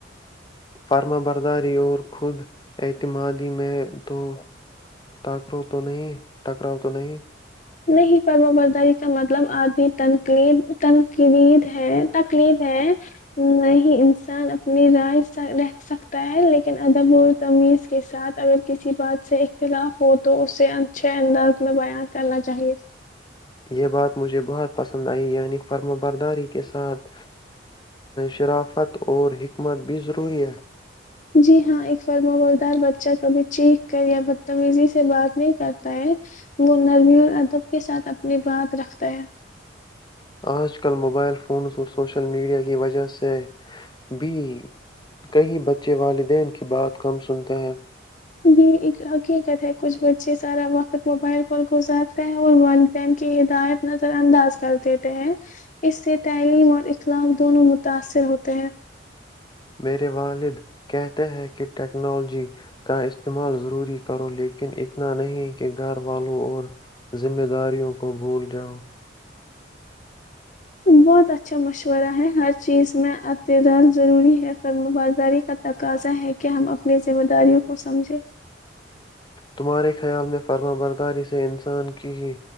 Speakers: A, on the left; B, on the left.
A: فرما برداری اور خود اعتمادی میں تو ٹاکرو تو نہیں ٹکراؤ تو نہیں
B: نہیں پرمہ برداری کا مطلب آدمی تنق کلید ہے تکلیف ہے نہیں انسان اپنی رائے ر سکتا ہے لیکن ادب اور تمیز کے ساتھ اگر کسی بات سے اختلاف ہو تو اسے اچھے انداز میں بیان کرنا چاہیے
A: یہ بات مجھے بہت پسند آئی یعنی فرم برداری کے ساتھ شرافت اور حکمت بھی ضروری ہے
B: جی ہاں ایک فرمبردار بچہ کبھی چیکخ کر یا بدتمیزی سے بات نہیں کرتا ہے وہ نرمی ال ادب کے ساتھ اپنی بات رکھتا ہے
A: آج کل موبائل فونز اور سوشل میڈیا کی وجہ سے بھی کئی بچے والدین کی بات کم سنتے ہیں
B: یہ ایک حقیقت ہے کچھ بچے سارا وقت موبائل پر گزارتے ہیں اور ک یہ دایت نظر انداز کرتے ہیں اس سے تعلیم اور اخلاق دونوں متاثر ہوتے ہیں
A: میرے والد کہتے ہیں کہ ٹیکنالوجی کا استعمال ضروری کرو لیکن اتنا نہیں کہ گھر والوں اور ذمہ داریوں کو بھول جاؤ
B: بہت اچھا مشورہ ہے ہر چیز میں ات رال ضروری ہے فرمبراداری کا تقاضا ہے کہ ہم اپنی ذمہ داریوں کو سمجھیں
A: تمہارے خیال میں فرما برداری سے انسان کی